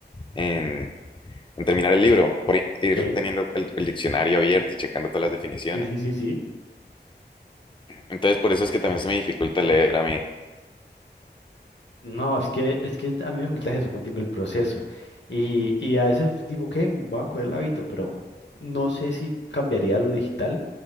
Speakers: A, on the left; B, on the left.
A: en, en terminar el libro, por i- ir
B: ok.
A: teniendo el, el diccionario abierto y checando todas las definiciones.
B: Sí, sí, sí, sí.
A: Entonces, por eso es que también se me dificulta leer a mí.
B: No, es que, es que a mí me gusta eso, contigo el proceso. Y, y a veces digo que voy a coger el hábito, pero no sé si cambiaría a lo digital,